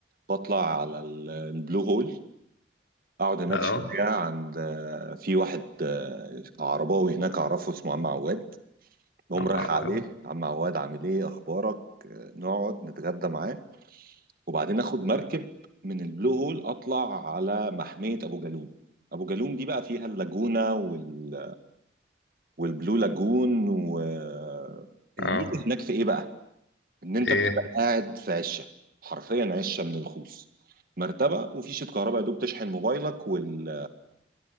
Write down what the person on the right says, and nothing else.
بطلع على ال- البلو هول اقعد هناك
شويه عند آه، في واحد آه، عرباوي هناك اعرفه اسمه عم عواد بقوم
رايح
عليه عم عواد عامل ايه اخبارك آه، نقعد نتغدى معاه وبعدين اخد مركب من البلو هول اطلع على محمية ابو جالوم ابو جالوم دي بقى فيها اللاجونة وال... والبلو لاجون والميزة
هناك في ايه بقى ان انت
بتبقى قاعد في عشة حرفيا عشة من الخوص مرتبة وفي شيت كهرباء يا دوب تشحن موبايلك وال